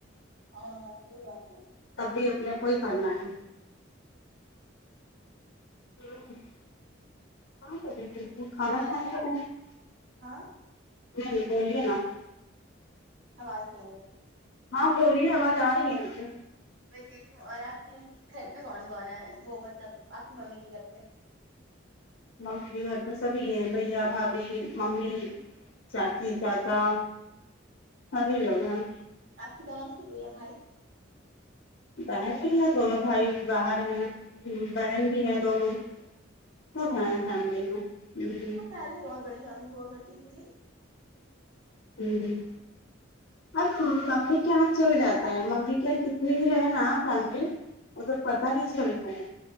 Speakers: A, on the right; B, on the left.
A: <unintelligible>
B: تب بھی اپنے کوئی کرنا ہے <unintelligible>
A: ویسے ہاں
B: <unintelligible>
A: آواز نہیں آئی آپ کی
B: ہاں بولیے آواز آ رہی ہے ہمیں
A: مے ٹھیک ھو ہوں اور آپ کے گھر پہ کون کون ہے وہ مطلب آپ کی ممی کے گھر پہ
B: ممی کے گھر تو سبھی ہیں بھیا بھاابھی ممی چاچی چاچا سبھی لوگ ہیں
A: آپ کی بہن نہیں ہوئییا بھائی
B: بہن بھی ہے دونوں بھائی باہر ہیں بہن بھی ہیں دونوں سب ہے
A: اچھا
B: فیملی میں
A: ہاں پہلے بہت بڑی فیملی ہوا کرتی تھی نہیں
B: ہوں اب ممی کے یہاں چل جاتا ہے ممی کے یہاں کتنی بھی رہ نا فیملی وہ تو پتا نہیں چلتا ہے